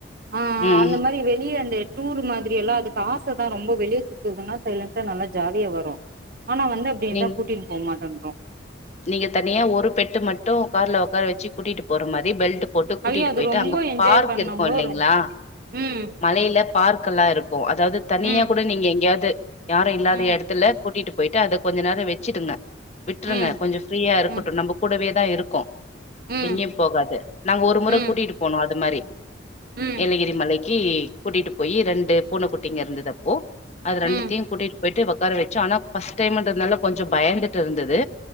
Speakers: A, on the right (about 50°); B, on the left (about 35°).
A: ஆ
B: ம்
A: அந்த மாரி வெளியே வந்து டூரு மாதிரியெல்லா அதுக்கு ஆச தா ரொம்ப வெளியே சுத்துதுன்னா சைலண்டா நல்லா ஜாலியா வரு ஆனா வந்து அப்டியேதா
B: நீங்
A: கூட்டிட் போமாட்டாங்க
B: நீங்க தனியா ஒரு பெட்டு மட்டு கார்ல உக்கார வச்சு கூட்டிட்டு போற மாரி பெல்ட் போட்டு கூட்டிட்டு
A: ஐயோ அது
B: போயிட்டு
A: ரொம்ப
B: அங்க
A: என்ஜாய்
B: பார்க்
A: பண்ணுங்கோ
B: இருக்கும் இல்லைங்ளா
A: ம்,
B: மலைல பார்க் கல்லா இருக் அதாவது தனியா
A: ம்,
B: கூட நீங்க எங்யாது யாரு இல்லாத
A: ம்,
B: எடத்துல கூட்டிட்டு போயிட்டு அத கொஞ்ச நேரோ வச்சிடுங்க விட்ருங்க
A: ம்,
B: கொஞ்சோ ஃப்ரீயா இருக்கட்டு
A: ம்,
B: நம்ப கூடவே தா இருக் கு
A: ம்,
B: எங்யும் போகாது நாங்க ஒரு முற
A: ம்,
B: கூட்டிட்டு போனோ அது மாரி
A: ம்,
B: ஏலேகிரி மலைக் கி கூட்டிட்டு போயி ரெண்டு பூன குட்டிங்க இருந்ததப்போ அது ரெண்டுத்தியும்
A: ம்,
B: கூட்டிட்டு போயிட்டு வ உக்கார வச்சோம் ஆனா ஃபஸ்ட் டைம்ன்றதுனால கொஞ்சோ பயந்துட்டு இருந்தது